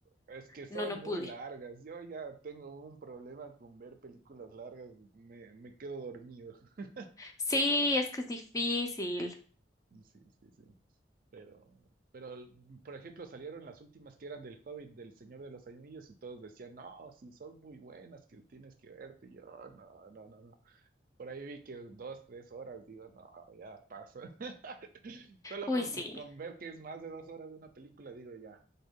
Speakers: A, on the right (about 50°); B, on the left (about 20°).
A: Es que son
B: no, no
A: muy
B: pude.
A: largas. Yo ya tengo un problema con ver películas largas. Me, me quedo dormido. <laughs>
B: Sí, es que es difícil.
A: Sí, sí, sí. Pero, pero, por ejemplo, salieron las últimas que eran del Hobbit, del Señor de los Anillos, y todos decían, no, sí, son muy buenas, que tienes que verte. Y yo, no, no, no, no. Por ahí vi que dos, tres horas, digo, no, ya paso. <laughs> Solo
B: Uy,
A: con,
B: sí.
A: con ver que es más de dos horas de una película, digo, ya,